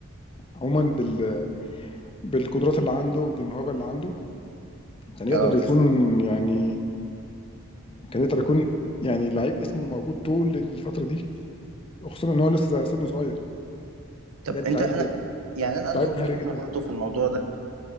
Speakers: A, on the left; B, on the right.
A: عموما بال بالقدرات اللي عنده وبالموهبه اللي عنده كان يقدر
B: اه
A: يكون يعني كان يقدر يكون يعني لعيب اسمه موجود طول الفتره دي وخصوصا ان هو لسه سنه صغير
B: طب
A: بجد
B: انت
A: لعيب
B: انا يعني انا عندي
A: لعيب
B: وجهه
A: مهاري جدا
B: نظر برضه في الموضوع ده